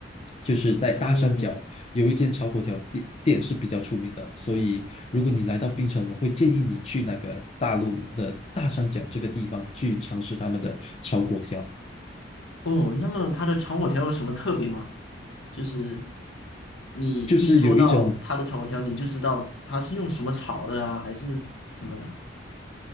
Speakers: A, on the left; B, on the left.
A: 就是在大山脚。
B: 哦
A: 有一间炒粿条店店是比较出名的，所以如果你来到槟城，我会建议你去那个大陆的大三角这个地方去尝试他们的炒粿条，
B: 哦，那么它的炒粿条有什么特别吗？就是你一说到它的炒粿条，
A: 就是有一种，
B: 你就知道它是用什么炒的啊，还是什么的？